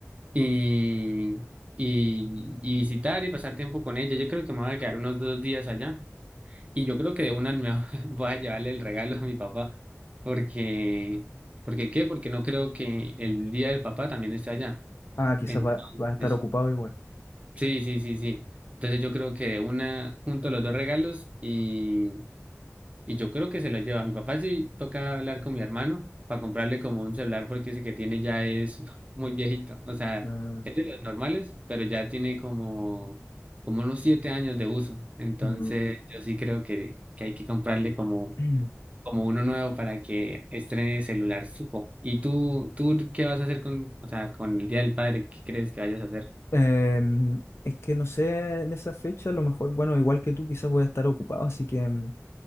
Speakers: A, on the right; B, on the left.
A: y, y, y visitar y pasar tiempo con ella. Yo creo que me voy a quedar unos dos días allá. Y yo creo que de una me <laughs> voy a llevarle el regalo a mi papá, porque, porque ¿qué? Porque no creo que el día del papá también esté allá.
B: Ah, quizás
A: Entonces,
B: va, va a estar ocupado igual.
A: sí, sí, sí, sí. Entonces yo creo que de una junto los dos regalos y, y yo creo que se lo lleva. A Mi papá sí toca hablar con mi hermano para comprarle como un celular porque ese que tiene ya es <laughs> muy viejito. O sea,
B: Ah,
A: es de los normales, pero ya tiene como, como unos siete años de uso. Entonces
B: mm.
A: yo sí creo que, que hay que comprarle como
B: <clears throat>
A: como uno nuevo para que estrene celular Suco. ¿Y tú, tú qué vas a hacer con, o sea, con el Día del Padre? ¿Qué crees que vayas a hacer?
B: Em, es que no sé, en esa fecha, a lo mejor, bueno, igual que tú, quizás voy a estar ocupado, así que... mm,